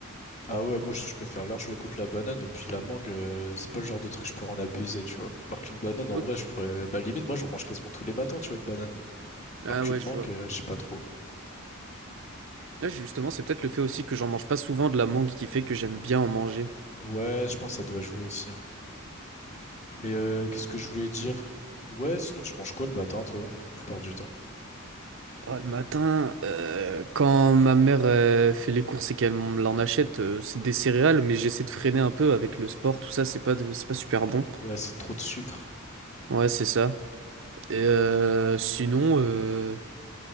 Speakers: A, on the left; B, on the right.
A: Ah ouais, moi, je, je préfère large le goût de la banane, et puis la mangue, euh, c'est pas le genre de truc que je pourrais en abuser, tu vois. Alors qu'une banane, en
B: Ok.
A: vrai, je pourrais... Bah, limite, moi, j'en mange quasiment tous les matins, tu vois, une banane.
B: Ah
A: Alors qu'une
B: ouais,
A: mangue,
B: je vois.
A: euh, je sais pas trop.
B: Là, justement, c'est peut-être le fait aussi que j'en mange pas souvent de la mangue qui fait que j'aime bien en manger.
A: Ouais, je pense que ça doit jouer aussi. hein. Mais euh, qu'est-ce que je voulais dire? Ouais, sinon tu manges quoi le matin, toi, la plupart du temps?
B: Oh, le matin, euh, quand ma mère euh, fait les courses et qu'elle m'en achète, euh, c'est des céréales, mais j'essaie de freiner un peu avec le sport, tout ça, c'est pas de- c'est pas super bon.
A: Ouais, c'est trop de sucre.
B: Ouais, c'est ça. Et euh, sinon, euh,